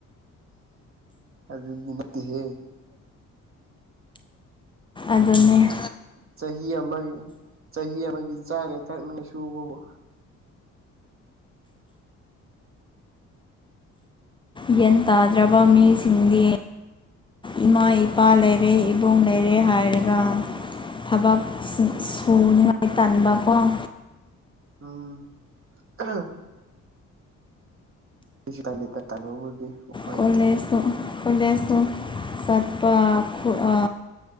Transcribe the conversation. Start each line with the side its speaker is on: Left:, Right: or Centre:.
Right: ꯑꯗꯨꯗꯤ ꯅꯠꯇꯦ ꯍꯦ
Left: ꯑꯗꯨꯅꯦ
Right: ꯆꯍꯤ ꯑꯃꯒꯤ ꯆꯍꯤ ꯑꯃꯒꯤ ꯆꯥꯉꯩ ꯊꯛꯅꯤꯡꯉ ꯁꯨꯕꯕꯨ꯫
Left: ꯒ꯭ꯌꯥꯟ ꯇꯥꯗ꯭ꯔꯕ ꯃꯤꯁꯤꯡꯗꯤ꯫ ꯏꯃꯥ ꯏꯄꯥ ꯂꯩꯔꯦ ꯏꯕꯨꯡ ꯂꯩꯔꯦ ꯍꯥꯏꯔꯒ꯫ ꯊꯕꯛ ꯁꯨ ꯁꯨꯅꯤꯡꯉꯥꯏ ꯇꯟꯕꯀꫭ꯫
Right: ꯎꯝ ꯑꯥ ꯑꯩꯁꯨ <unintelligible> ꯕꯨꯗꯤ꯫
Left: ꯀꯣꯂꯦꯖꯇꫭ ꯀꯣꯂꯦꯖꯇꫭ ꯆꯠꯄ ꯄꯨ ꯑ